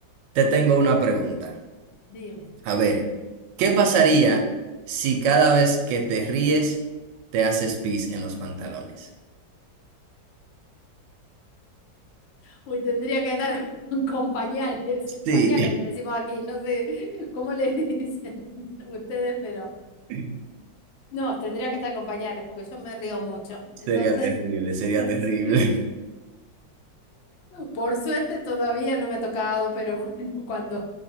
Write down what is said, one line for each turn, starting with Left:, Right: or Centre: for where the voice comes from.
Right: te tengo una pregunta.
Left: Dime.
Right: A ver, ¿qué pasaría si cada vez que te ríes te haces pis en los pantalones?
Left: Uy, tendría que atar con, <laughs> con pañales.
Right: Sí,
Left: Pañales le decimos aquí, no sé cómo le dicen <laughs> ustedes, pero
Right: <laughs>
Left: no, tendría que estar con pañales porque yo me río mucho.
Right: sería
Left: Entonces,
Right: terrible, sería
Left: <laughs>
Right: terrible.
Left: sí. por suerte todavía no me ha tocado, pero bueno, cuando